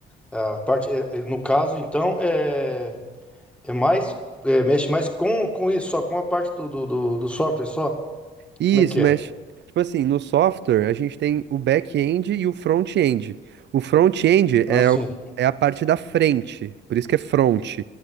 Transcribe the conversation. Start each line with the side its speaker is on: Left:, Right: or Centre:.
Centre: é, a parte é, é, no caso, então é é mais é, mexe mais com com isso, só com a parte do, do, do do software só.
Right: Isso,
Centre: Como é que
Right: mexe.
Centre: é?
Right: Tipo assim, no software a gente tem o back-end e o front-end. O front-end
Centre: Ah,
Right: é,
Centre: sim.
Right: o- é a parte da frente, por isso que é front.